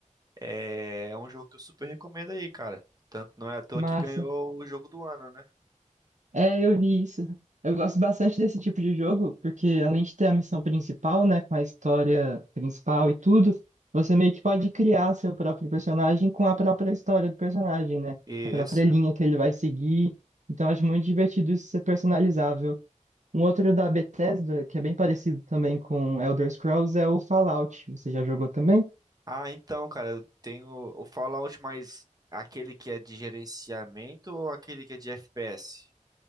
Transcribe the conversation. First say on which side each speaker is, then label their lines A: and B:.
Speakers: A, on the right; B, on the right.
A: é, é um jogo que eu super recomendo aí, cara. Tanto não é à toa
B: Massa.
A: que ganhou o jogo do ano, né?
B: É, eu vi isso. Eu gosto bastante desse tipo de jogo, porque além de ter a missão principal, né, com a história principal e tudo, você meio que pode criar seu próprio personagem com a própria história do personagem, né?
A: Isso.
B: A própria linha que ele vai seguir. Então, acho muito divertido isso ser personalizável. Um outro da Bethesda, que é bem parecido também com Elder Scrolls, é o Fallout. Você já jogou também?
A: Ah, então, cara, eu tenho o Fallout, mas aquele que é de gerenciamento ou aquele que é de FPS?